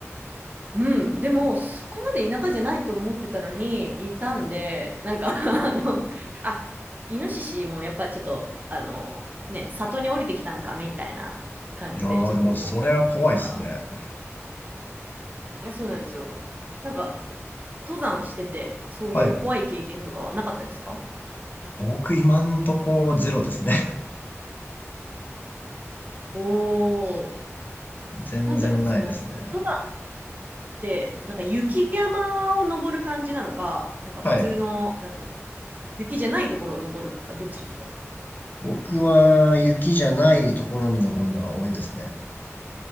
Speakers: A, on the right; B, on the left.
A: うん、でも、そこまで田舎じゃないと思ってたのに、いたんで、なんか <laughs> あの、あ、イノシシもやっぱちょっと、あの、ね、里に降りてきたのか、みたいな感じで、
B: いやー、
A: ちょっと思ったっていうか、
B: でも、それは怖いですね。
A: いや、そうなんですよ。なんか、登山してて、そういう怖い経験とかはなかったですか
B: はい。僕、今んとこ、ゼロですね。
A: おー、
B: <laughs> 全然ないですね。
A: なんだろう、その、登山って、なんか雪山を登る感じなのか、なんか普通の、
B: はい。
A: なんていうのかな、雪じゃないところを登るのか、どっちですか
B: 僕は、雪じゃないところに登るのが多いですね。